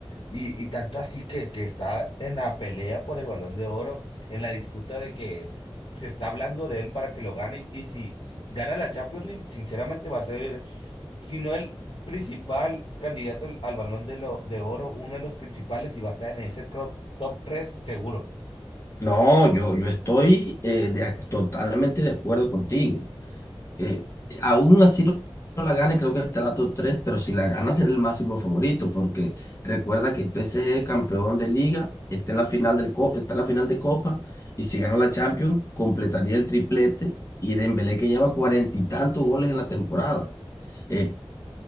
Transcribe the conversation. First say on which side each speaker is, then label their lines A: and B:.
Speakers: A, on the left (about 70°); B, on the left (about 30°).
A: Y, y tanto así que, que está en la pelea por el Balón de Oro, en la disputa de que se, se está hablando de él para que lo gane. Y si gana la Champions League, sinceramente va a ser, si no el principal candidato al, al Balón de, lo- de Oro, uno de los principales y va a estar en ese top, top 3 seguro.
B: no, yo, yo estoy eh, de- totalmente de acuerdo contigo. eh, aún así no no la gane, creo que estará top tres pero si la gana será el máximo favorito, porque recuerda que el PSG es campeón de liga, está en la final del co- está en la final de Copa, y si gana la Champions, completaría el triplete, y Dembélé que lleva cuarenta y tantos goles en la temporada, eh,